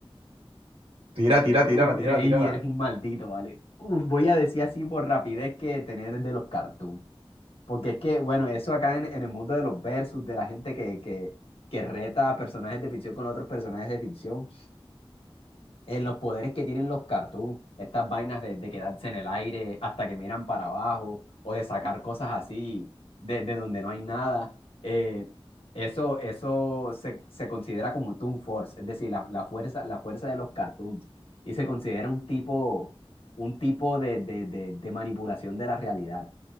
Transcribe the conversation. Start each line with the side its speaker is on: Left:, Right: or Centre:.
Right: Tira, tira,
Left: Uf,
Right: tírala, tírala,
Left: eres, ey,
Right: tírala.
Left: eres un maldito, ¿vale? Uf, voy a decir así por rapidez que tener de los cartoons. Porque es que, bueno, eso acá en, en el mundo de los versus, de la gente que, que, que reta a personajes de ficción con otros personajes de ficción en los poderes que tienen los cartoons, estas vainas de, de quedarse en el aire hasta que miran para abajo o de sacar cosas así de, de donde no hay nada, eh, eso, eso se, se considera como Toon Force, es decir, la, la fuerza, la fuerza de los cartoons y se considera un tipo, un tipo de, de, de, de manipulación de la realidad.